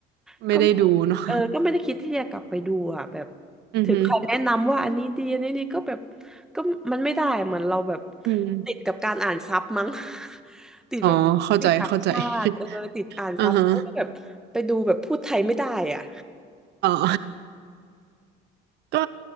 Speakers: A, on the right; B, in the centre.
A: ไม่ได้ดูเนาะ
B: <laughs> ก็เออก็ไม่ได้คิดที่จะกลับไปดูอ่ะแบบ
A: <laughs> อือฮึ
B: ถึงใครแนะนำว่าอันนี้ดีอันนี้นี่ก็แบบก็มันไม่ได้เหมือนเราแบบ
A: อืม
B: ติดกับการอ่านซับมั้ง <laughs> ติดแบบติดต่างชาติเออติดอ่านซับแล้วก็แบบไปดูแบบพูดไทยไม่ได้อ่ะ
A: อ๋อเข้าใจเข้าใจ <laughs> อ่าฮะอ๋อ <laughs> ก็